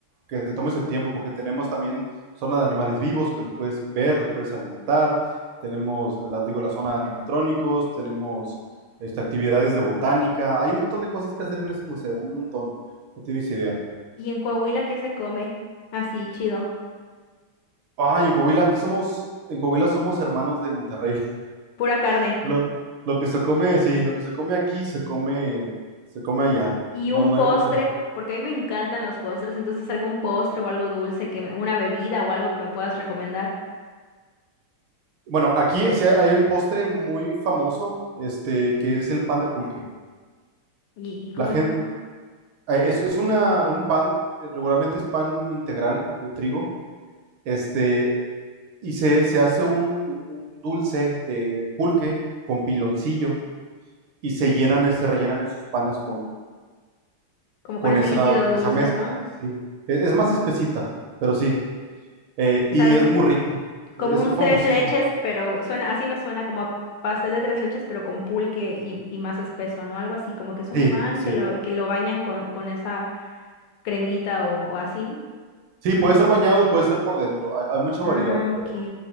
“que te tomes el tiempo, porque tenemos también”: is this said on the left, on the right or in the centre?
Right